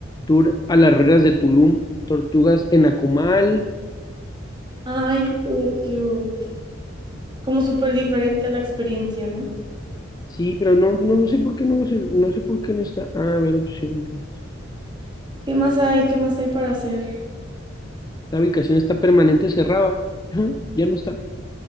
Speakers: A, on the left (about 20°); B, on the right (about 25°).
A: tour a las ruinas de Tulum, tortugas en Akumal.
B: Ay, estuvo cute. Como súper diferente a la experiencia, ¿no?
A: Sí, pero no, no sé por qué no, se- no sé por qué no está. Ah, a ver, opciones.
B: ¿Qué más hay? ¿Qué más hay para hacer?
A: La ubicación está permanente cerrada. <laughs> Ajá, ya no está.